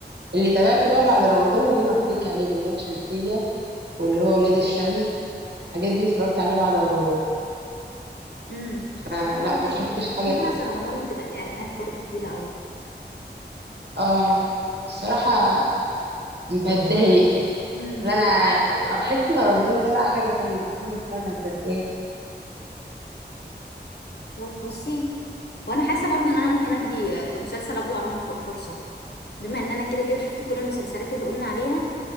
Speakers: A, on the right (about 70°); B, on the left (about 65°).
A: اللي تابعته بقى بعد رمضان اللي انا قلت لك عليهم لام شمسيه واللي هو ولاد الشمس الحاجات دي اتفرجت عليها بعد رمضان
B: امم
A: آه
B: ممكن
A: لا ما شفتش
B: ممكن
A: حاجه لإيه.
B: عشان رمضان بتبقى الاعلانات برضو طويله قوي
A: اه الصراحه بتضايق
B: امم
A: لا انا احس ان رمضان ده بقى حاجه تانية إن هو نتفرج على مسلسلات
B: خلاص بصي وانا حاسه برضو ان انا ممكن ادي آه، مسلسل ابو العروسه ف- فرصه بما ان انا كده كده شفت كل المسلسلات اللي قلنا عليها